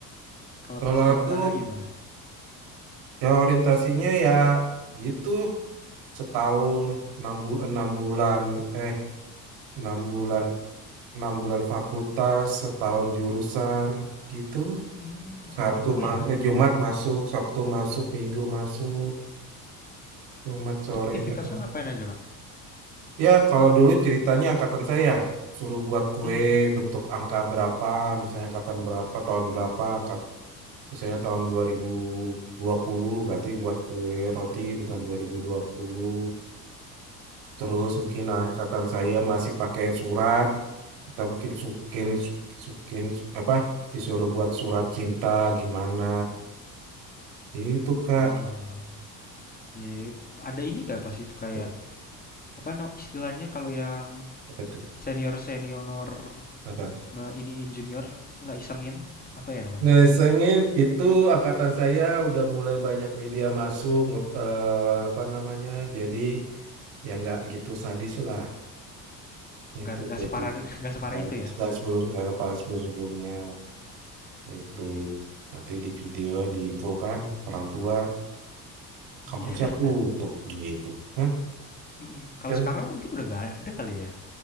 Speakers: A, on the left; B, on the right.
A: Kalau
B: kalau
A: pas zaman
B: aku
A: Kakak gimana?
B: Ya orientasinya ya gitu setahun enam bulan enam bulan eh enam bulan enam bulan fakultas setahun jurusan gitu
A: Hmm, lama
B: Sabtu
A: juga
B: ma-
A: ya.
B: eh, Jumat masuk Sabtu masuk Minggu masuk Jumat sore
A: Itu aktivitasnya
B: atau
A: ngapain aja
B: ya kalau dulu ceritanya angkatan saya suruh buat kue
A: Kak?
B: bentuk angka berapa misalnya angkatan berapa tahun berapa angkat misalnya tahun dua dua ribu dua puluh berarti buat kue roti dengan dua dua ribu dua puluh Terus mungkin angkatan saya masih pakai surat, kita mungkin sukin sukin su- apa disuruh buat surat cinta gimana. Itu Kak.
A: Ah, ya. Ada ini gak pas itu kayak
B: Apa tuh?
A: apa nama istilahnya kalau yang
B: Apa tuh?
A: senior senior
B: Apa?
A: ngeiniin junior nggak isengin apa ya namanya?
B: Nah, sengin itu angkatan saya udah mulai banyak media masuk ngut- eh, apa namanya. Jadi ya nggak gitu sadis lah.
A: Nggak
B: Itu
A: nggak
B: jadi
A: separah <laughs> nggak separah
B: nggak
A: itu ya?
B: nggak sebelum nggak kepala sebelum sebelumnya itu
A: Iya, iya,
B: nanti di video
A: bagus bagus.
B: diinfokan orang tua
A: Iya.
B: kampusnya tutup gitu kan
A: Mm-mm. Kalau
B: Kan
A: sekarang mungkin udah nggak ada kali ya.